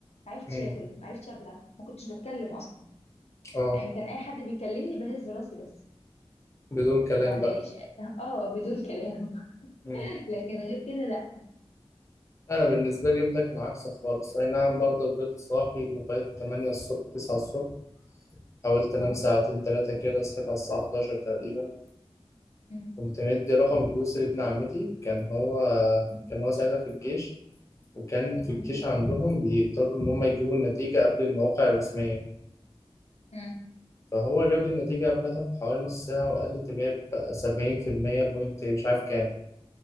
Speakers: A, on the left; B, on the left.
A: ما عرفتش
B: مم.
A: اكل ما عرفتش ابلع ما كنتش بتكلم اصلا
B: اه
A: يعني كان اي حد بيكلمني بهز راسي بس
B: بدون كلام
A: ما جاليش
B: بقى
A: اه بدون كلام
B: مم.
A: لكن غير كده لا
B: انا بالنسبة لي اليوم ده كان عكسك خالص اي نعم برضه فضلت صاحي لغاية 8 الصبح 9 الصبح حاولت انام
A: اه
B: ساعتين تلاتة كده صحيت على الساعة 11 تقريبا
A: مم.
B: كنت مدي رقم جلوس لابن عمتي كان هو
A: مم.
B: كان هو ساعتها في الجيش وكان في الجيش
A: مم.
B: عندهم بيقدروا ان هم يجيبوا النتيجة قبل المواقع الرسمية
A: مم.
B: فهو جاب لي النتيجة قبلها بحوالي نص ساعة وقال لي أنت جايب سبعين في المية بوينت مش عارف كام